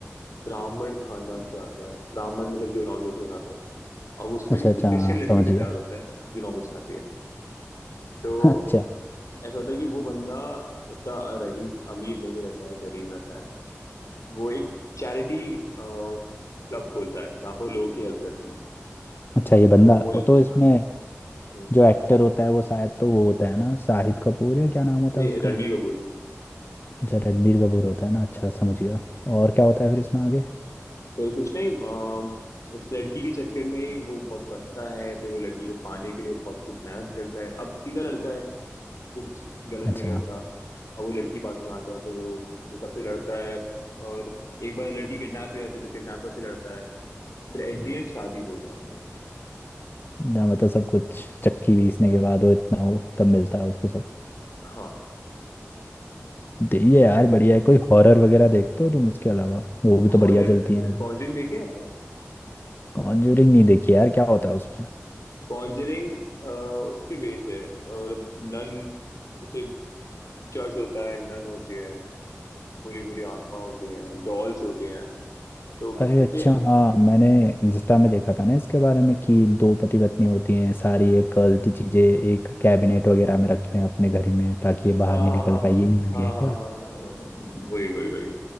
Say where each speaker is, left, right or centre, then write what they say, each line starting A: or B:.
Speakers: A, on the left (about 80°); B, on the left (about 45°).
A: ब्राह्मण खानदान से आता है ब्राह्मण मतलब जो नॉनवेज नहीं खाता है और उसको
B: अच्छा
A: एक,
B: अच्छा
A: एक क्रिश्चियन
B: हाँ
A: लड़की
B: समझ
A: से प्यार
B: गया
A: होता है जो नॉनवेज खाती है तो
B: <laughs> अच्छा
A: ऐसा होता है कि वो बंदा उतना रईस अमीर नहीं रहता है गरीब रहता है वो एक चैरिटी क्लब खोलता है जहाँ पे वो लोगों की हेल्प करता है
B: अच्छा ये बंदा
A: तो वो
B: ओ, तो इसमें
A: हाँ हम्म,
B: जो एक्टर होता है वो शायद तो वो होता है ना शाहिद कपूर या क्या नाम होता
A: नहीं
B: है उसका
A: रणबीर कपूर
B: अच्छा रणबीर कपूर होता है ना अच्छा समझ गया और क्या होता है फिर इसमें आगे
A: फिर कुछ नहीं अम, उस लड़की के चक्कर में ही वो बहुत फंसता है फिर वो लड़की को पाने के लिए बहुत कुछ मेहनत करता है अब सीधा लड़का है कुछ गलत
B: अच्छा
A: नहीं करता अब वो लड़की बातों में आता है तो वो फिर सबसे लड़ता है और एक बार लड़की किडनैप भी आती है तो किडनैपर से लड़ता है फिर एट दी एंड शादी हो जाती है
B: जहाँ मतलब सब कुछ चक्की पीसने के बाद वो इतना वो तब मिलता है उसको सब
A: हाँ
B: दे- ये
A: ये
B: यार
A: है
B: बढ़िया है कोई हॉरर वगैरह देखते हो तुम इसके अलावा वो भी तो
A: हॉरर
B: बढ़िया चलती है
A: कॉन्जरिंग देखी है आपने
B: कॉन्जूरिंग नहीं देखी यार क्या होता है उस पर
A: कॉन्जरिंग उसके बेस है अ, मतलब नन जैसे चर्च होता है नन होती है बुरी बुरी आत्मा होती है डॉल्स होती हैं तो
B: अरे
A: जैसे
B: अच्छा हाँ मैंने इंस्टा में देखा था ना इसके बारे में कि दो पति पत्नी होती हैं सारी ये कर्स्ड चीजें एक कैबिनेट वगैरह में रखते हैं अपने घर ही में ताकि ये बाहर
A: हाँ
B: नहीं
A: हाँ
B: निकल
A: हाँ
B: पाए ये नहीं वाली
A: हाँ
B: है क्या
A: हाँ हाँ हाँ हाँ हाँ, हाँ, वही वही वही